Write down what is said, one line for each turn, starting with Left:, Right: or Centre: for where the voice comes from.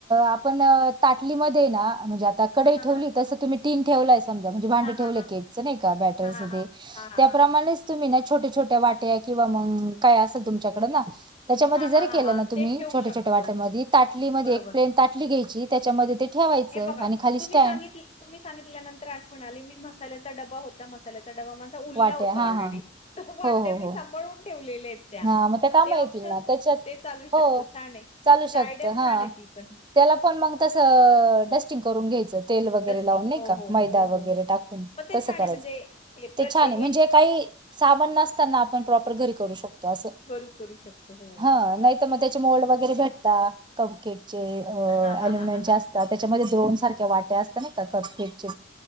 Right: आपण ताटलीमध्ये ना म्हणजे आता कडेई
Left: हा हा
Right: ठेवली तसं तुम्ही. तीन ठेवलाय समजा म्हणजे भांडं
Left: हा हा
Right: ठेवलंय
Left: हा
Right: क एकच नाही का बॅटर
Left: हा हा हा हा
Right: त्याप्रमाणेच.
Left: हा हा
Right: तुम्ही ना छोट्या छोट्या वाट्या किंवा मग काय असेल तुमच्याकडं ना. त्याच्यामध्ये
Left: हा हा
Right: जर
Left: हा
Right: केलं
Left: हा
Right: ना तुमही
Left: ते ठेवू
Right: छोटे
Left: शकतो
Right: छोटे वाट आधी ताटलीमध्ये
Left: बरोबर
Right: एक प्लेन ताटली घ्यायची त्याच्यामध्ये ते ठेवायचं
Left: हे बघा
Right: आणि खाली
Left: तुम्ही
Right: स्टँड.
Left: सांगितल तुम्ही सांगितल्यानंतर आठवण म्हणाले मी मसाल्याचा डबा होता मसाल्याचाडबा. उलला
Right: वाट्या
Left: होता
Right: हा
Left: ऑलरेडी
Right: हा
Left: तट
Right: हो हो
Left: मी
Right: हो
Left: साांभाळून ठेवलेले आहेत.
Right: हा मग त्या काम
Left: ते
Right: येतील
Left: ऑप्शन
Right: ना त्याच्यात
Left: ते चालू
Right: हो
Left: शकतो छान आहे म्हणजे
Right: चालू शकत
Left: आयडिया
Right: हा.
Left: छान आहे ती पण
Right: त्याला पण मग तसं टेस्टिंग करून घ्यायचं. तेल वगैरे
Left: डस्टिंग
Right: लावून नाही
Left: हो
Right: का
Left: हो हो
Right: मैदा
Left: हो हो
Right: वगैरे
Left: हो
Right: टाकून
Left: पण ते
Right: तसं
Left: छान
Right: करायचं
Left: आहे म्हणजे ए प्रत्येक
Right: ते छान आहे म्हणजे काही. सा नताना आपण प्रॉपर घरी करू शकतो अस
Left: करू करू शकतो हो
Right: ह नाही तर मग त्याचे मोल्ड वगैरे भेटता केक चे अल्युमिनियम
Left: हा हा हा हा हा
Right: चे असतात.
Left: हा
Right: त्याच्यामध्येद्रोन सारख्या वाट्या असतात ना का कथेटचे